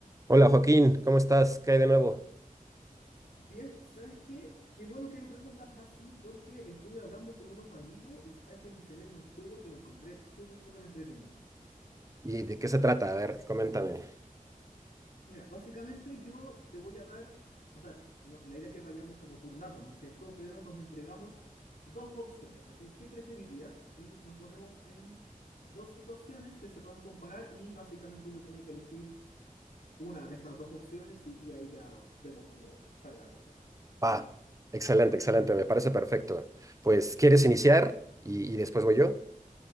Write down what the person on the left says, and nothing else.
Bien, ¿sabes qué? Qué bueno que lo preguntas así porque estuve hablando con unos amigos y sabes que me enseñaron un juego que lo encontré súper, súper entretenido.
Mira, básicamente yo te voy a dar, o sea, no- la idea es que vayamos como turnando, ¿no es cierto? Pero nos entregamos dos opciones, así, ¿qué preferirías? Y nos ponemos en dos situaciones que se puedan comparar y básicamente uno tiene que elegir una de estas dos opciones y ahí ya vemos cómo sale la cosa.